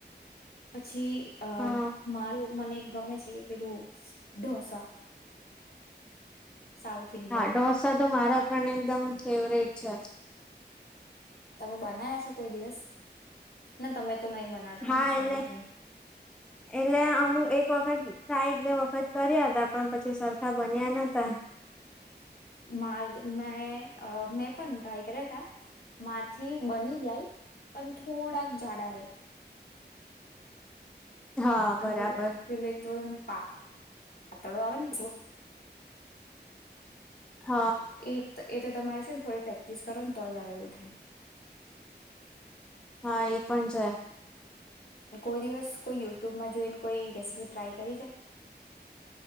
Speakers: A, on the left; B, in the centre.
A: પછી, અ
B: હા
A: મારુ, મને એક ગમે છે. પેલું ઢોસા. સાઉથ ઇન્ડિયનમાં
B: હા, ઢોસા તો મારા પણ એકદમ ફેવરેટ. છે.
A: તમે બનાવ્યા છે, કોઈ દિવસ. ના તમે તો નહી બનાવતા
B: હા,
A: ને સોરી
B: એટલે
A: ભાઈ
B: એટલે અમુક એક વખત ટ્રાય એક બે વખત કર્યા હતા. પણ પછી, સરખા બન્યા નતા.
A: માર મે એ મેં પણ ટ્રાય કર્યા તા. મારથી બની જાય પણ થોડાક જાડા રે.
B: હા
A: આપણે
B: બરાબર
A: પેલે ધોર પાતળો આવેને
B: હ,
A: એ એ તો તમારે છે, ને થોડી પ્રેક્ટિસ કરોને તો જ આવે એવું થાય.
B: હા એ પણ છે.
A: કોઈ દિવસ કોઈ યુટૂબમાં જોઈને કોઈ રેસીપી ટ્રાય કરી છે?